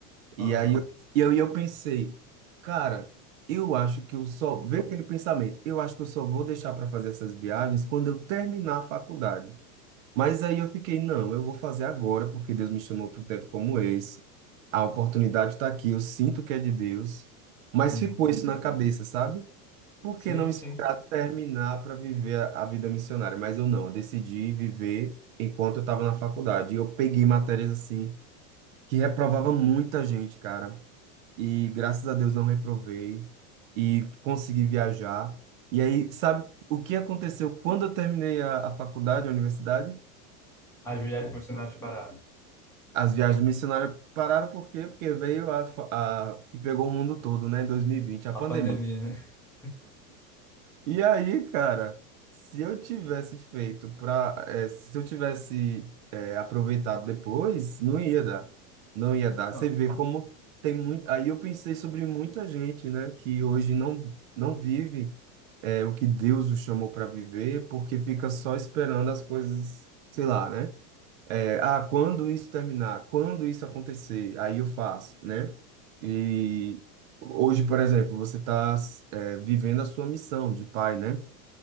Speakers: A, on the right (about 60°); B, in the centre.
A: E
B: Aham.
A: aí eu, e aí eu pensei, cara, eu acho que eu só, veio aquele pensamento, eu acho que eu só vou deixar para fazer essas viagens quando eu terminar a faculdade. Mas aí eu fiquei, não, eu vou fazer agora, porque Deus me chamou para um tempo como esse. A oportunidade está aqui, eu sinto que é de Deus. Mas
B: Uhum.
A: ficou isso na cabeça, sabe? Por
B: Sim,
A: que não esperar
B: sim.
A: terminar para viver a a vida missionária? Mas eu não, eu decidi viver enquanto eu estava na faculdade. E eu peguei matérias assim, que reprovava muita gente, cara. E graças a Deus não reprovei e consegui viajar. E aí, sabe o que aconteceu quando eu terminei a, a faculdade, a universidade?
B: as viagens missionárias os pararam.
A: As viagens missionárias pararam por quê? Porque veio a, fa- a que pegou o mundo todo, né, em 2020 a
B: A
A: pandemia.
B: pandemia, né? <laughs>
A: E aí, cara, se eu tivesse feito para, se eu tivesse eh, aproveitado depois, não ia dar, não ia dar.
B: Não,
A: Você vê como tem muito. Aí eu pensei sobre muita gente, né, que hoje não não vive eh, o que Deus o chamou para viver, porque fica só esperando as coisas, sei lá, né? É, ah, quando isso terminar, quando isso acontecer, aí eu faço, né? E hoje, por exemplo, você está vivendo a sua missão de pai, né?